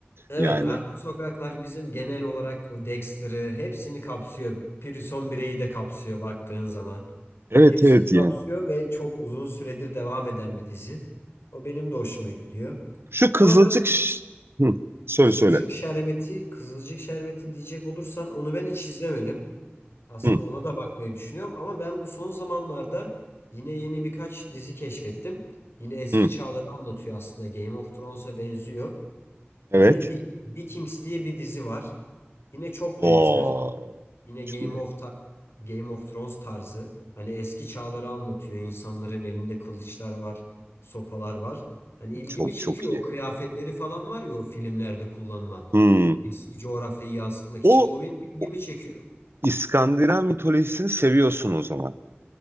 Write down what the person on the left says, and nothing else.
Evet,
Arka Sokaklar bizim genel olarak o Dexter'ı hepsini kapsıyor. Prison Break'i de kapsıyor baktığın zaman.
Hepsini
kapsıyor
ve çok uzun süredir devam eden bir dizi. O benim de hoşuma gidiyor.
Ama ben
Kızılcık
Şerbeti, Kızılcık Şerbeti diyecek olursan onu ben hiç izlemedim. Aslında
ona da bakmayı düşünüyorum ama ben bu son zamanlarda yine yeni birkaç dizi keşfettim. Yine eski
çağları anlatıyor aslında. Game of Thrones'a benziyor.
Yine Vi- Vikings diye bir dizi var. Yine çok
benzer. Yine
Game
of Ta- Game of Thrones tarzı. Hani eski çağları anlatıyor. İnsanların elinde kılıçlar var, sopalar var. Hani ilgimi
çekiyor.
O kıyafetleri falan var ya o filmlerde kullanılan.
Eski coğrafyayı yansıtmak
için. O benim ilgimi
çekiyor.